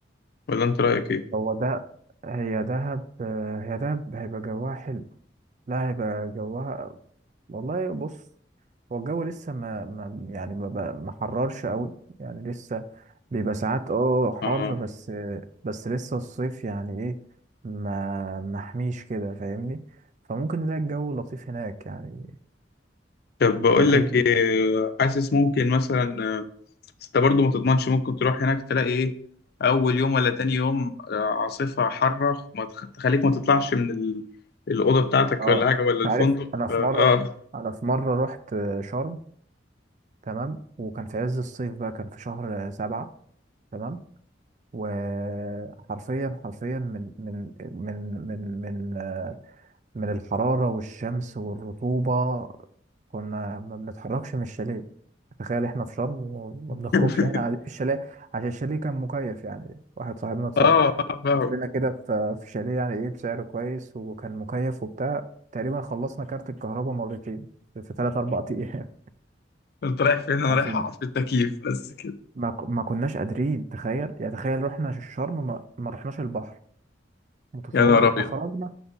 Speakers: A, on the left (about 55°); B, on the right (about 40°).
A: ولا انت رايك ايه
B: هو ده هي دهب آه، هي دهب هيبقى جواها حلو لا هيبقى جوها والله بص هو الجو لسه ما, ما يعني ما, ما ما حررش قوي يعني لسه بيبقى ساعات اه حر
A: اه
B: بس بس لسه الصيف يعني ايه ما محميش كده فاهمني فممكن نلاقي الجو لطيف هناك يعني
A: طب بقول
B: لكن
A: لك إيه حاسس ممكن مثلا آه، بس انت برضو ما تضمنش ممكن تروح هناك تلاقي ايه اول يوم ولا تاني يوم آه، عاصفه حاره ما تخ- تخليك ما تطلعش من ال... الاوضه بتاعتك
B: اه
A: ولا حاجه ولا
B: أنت
A: الفندق
B: عارف انا
A: ف-
B: في
A: اه
B: مرة انا في مرة رحت شرم تمام وكان في عز الصيف بقى كان في شهر سبعة تمام وحرفيا حرفيا من من من من من آه، من الحرارة والشمس والرطوبة كنا ما بنتحركش من الشاليه تخيل احنا في شرم وما
A: <laughs>
B: بنخرجش هنا قاعدين في الشاليه عشان الشاليه كان مكيف يعني واحد صاحبنا اتص-
A: اه اه فاهم
B: بص لنا كده في في شاليه يعني ايه بسعر كويس وكان مكيف وبتاع تقريبا خلصنا كارت الكهرباء مرتين في ثلاث اربع ايام
A: انت رايح
B: <laughs>
A: فين انا
B: عشان
A: رايح اقعد في التكييف بس كده
B: ما ك- ما كناش قادرين تخيل يعني تخيل رحنا الشرم ما ما رحناش البحر متصور
A: يا نهار ابيض
B: احنا خرجنا